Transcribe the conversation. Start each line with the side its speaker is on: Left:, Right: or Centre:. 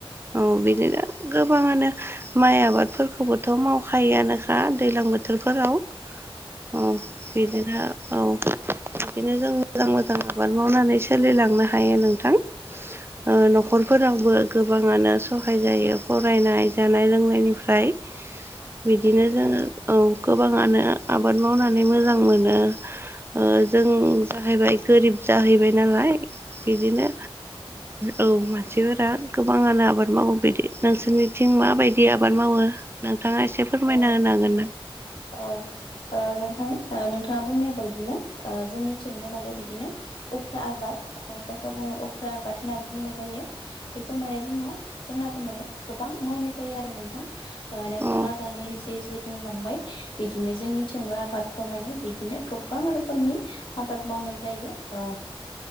Right: औ बिदिनो गो गोबाङानो माइ आबादफोरखौबोथ' मावखायोआनोखा दैज्लां बोथोराव बोथोरफोराव ओ बिदिनो औ बिदिनो जों मोजां मोजां आबाद मावनानै सोलिलांनो हायो नोंथां ओ नखराव नखरफोरावबो गोबाङानो सहाय जायो फरायनाय जानाय लोंनायनिफ्राय बिदिनो जोङो औ गोबाङानो आबाद मावनानै मोजां मोनो ओ जों जाहैबाय गोरिब जाहैबाय नालाय बिदिनो औ माने मानसिफोरा गोबाङानो आबाद मावो बिदि नोंसोरनिथिं माबायदि आबाद मावो नोंथाङा ना एसे फोरमायना
Left: औ
Right: होनो हागोन
Left: औ औ नों थाङा नोंथाङा बुंनाय बायदिनो ओ जोंनि थिंबो माने बिदिनो उफ्रा आबाद जायखौ बुङो उफ्रा आबाद होननानै बुंनाय जायो बेखौ माने जोंनो माने गोबां मावनाय जायो आरो नोंथां नोंथाङा
Right: औ
Left: दानि जे जे बुंलांबाय बिदिनो जोंनिथिंबो आबादखौ माने बिदिनो गोबां रोखोमनि आबाद मावनाय जायो ओ